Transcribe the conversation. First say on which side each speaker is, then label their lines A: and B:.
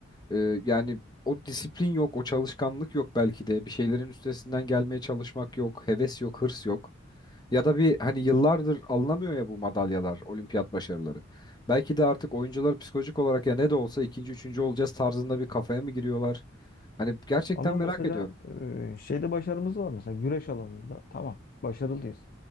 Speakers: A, on the left (about 20°); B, on the left (about 45°).
A: e, yani o disiplin yok, o çalışkanlık yok belki de. Bir şeylerin üstesinden gelmeye çalışmak yok, heves yok, hırs yok. Ya da bir hani yıllardır alınamıyor ya bu madalyalar, olimpiyat başarıları. Belki de artık oyuncular psikolojik olarak ya ne de olsa ikinci, üçüncü olacağız tarzında bir kafaya mı giriyorlar? Hani gerçekten
B: Ama
A: merak
B: mesela
A: ediyorum.
B: e, şeyde başarımız var mesela güreş alanında tamam başarılıyız.